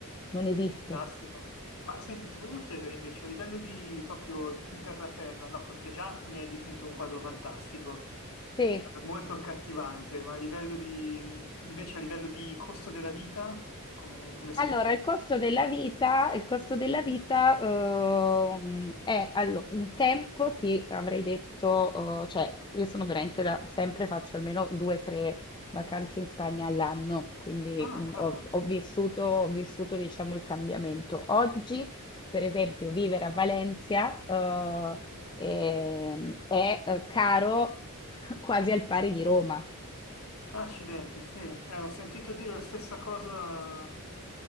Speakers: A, on the left (about 20°); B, on the left (about 70°).
A: non esiste.
B: Fantastico. Ma senti, ti volevo chiedere invece a livello di proprio più terra-terra, no, perché già mi hai dipinto un quadro fantastico,
A: Sì.
B: eh, molto accattivante, ma a livello di, invece a livello di costo della vita, come, come siete?
A: Allora, il costo della vita, il costo della vita ehm, è allo- un tempo, ti avrei detto, eh, cioè io sono veramente da, sempre faccio almeno due o tre vacanze in Spagna all'anno, quindi
B: Ah,
A: mm,
B: cavolo.
A: ho, ho vissuto, ho vissuto diciamo il cambiamento. Oggi, per esempio, vivere a Valencia eh, ehm, è eh, caro <laughs> quasi al pari di Roma.
B: Accidenti, sì. Eh, ho sentito dire la stessa cosa